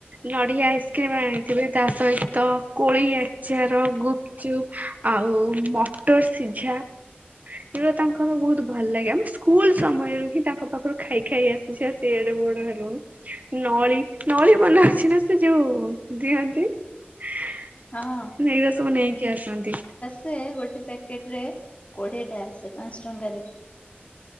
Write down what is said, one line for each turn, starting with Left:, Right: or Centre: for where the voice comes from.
Right: ନଡିଆ ଆଇସ୍କ୍ରିମ୍ ଆଣିଥିବେ ତା ସହିତ କୋଳି ଆଚାର, ଗୁପଚୁପ୍ ଆଉ ମଟର ସିଝା। ଏବେ ତାଙ୍କ ଆମ ବହୁତ୍ ଭଲ ଲାଗେ ଆମେ ସ୍କୁଲ ସମୟରୁ ହିଁ ତାଙ୍କ ପାଖରୁ ଖାଇ ଖାଇ ଆସ୍ ଆସି ଏଡେ ବଡ ହେଲୁଣୁ ନଳି- ନଳି ବନା ହଉଚି ନା ସେ ଯଉ ଦିଅନ୍ତି ଏଇରା
Left: ହଁ
Right: ସବୁ ନେଇକି ଆସନ୍ତି।
Left: ସେ ଗୋଟେ ପ୍ୟାକେଟ୍ ରେ କୋଡିଏ ଟା ଆସେ ପାଞ୍ଚ୍ ଟଙ୍କାରେ